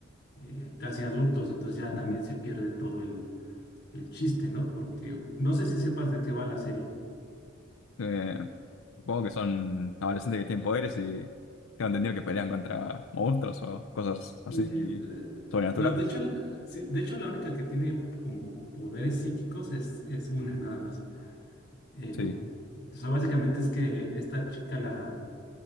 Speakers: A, on the left (about 55°); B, on the left (about 80°).
A: eh, casi adultos, entonces ya
B: Ujú.
A: también se pierde todo el, el chiste, ¿no? Porque no sé si sepas de qué va la serie.
B: Eh, supongo que son adolescentes que tienen poderes y tengo entendido que pelean contra monstruos o cosas así
A: Mm, eh,
B: sobrenaturales.
A: No, de hecho, eh, sí, de hecho la única que tiene como poderes psíquicos es, es una, nada más. Eh,
B: Sí.
A: o sea, básicamente es que esta chica la